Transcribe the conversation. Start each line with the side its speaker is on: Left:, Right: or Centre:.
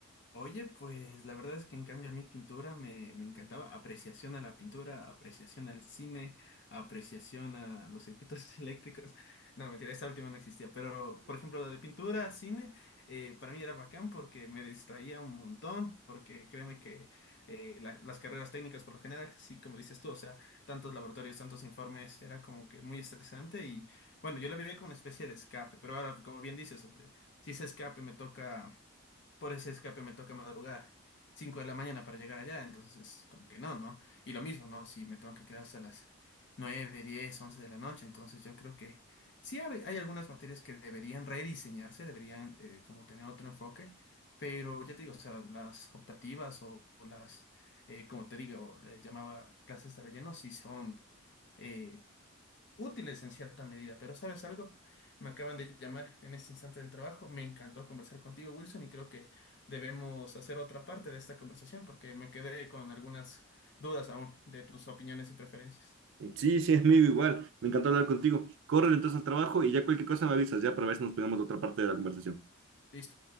Left: Oye, pues la verdad es que en cambio a mí pintura me, me encantaba. Apreciación a la pintura, apreciación al cine, apreciación a los circuitos <laughs> eléctricos. No, mentira, esa última no existía. Pero, por ejemplo, lo de pintura, cine, eh, para mí era bacán porque me distraía un montón, porque créeme que eh, la- las carreras técnicas por lo general, sí, como dices tú, o sea, tantos laboratorios, tantos informes, era como que muy estresante y bueno, yo la vivía como una especie de escape, pero ahora, como bien dices, o sea, si ese escape me toca por ese escape me toca madrugar 5 de la mañana para llegar allá, entonces es como que no, ¿no? Y lo mismo, ¿no? Si me tengo que quedar hasta las nueve diez once de la noche, entonces yo creo que sí hab- hay algunas materias que deberían rediseñarse, deberían eh, como tener otro enfoque, pero ya te digo, o sea, las optativas o, o las, eh, como te digo, le llamaba clases de relleno, sí son... eh, útiles en cierta medida, pero ¿sabes algo? Me acaban de llamar en este instante del trabajo. Me encantó conversar contigo, Wilson, y creo que debemos hacer otra parte de esta conversación porque me quedé con algunas dudas aún de tus opiniones y preferencias.
Right: Sí, sí, amigo, igual. Me encantó hablar contigo. Corre entonces al trabajo y ya cualquier cosa me avisas, ya para ver si nos pegamos de otra parte de la conversación.
Left: Listo.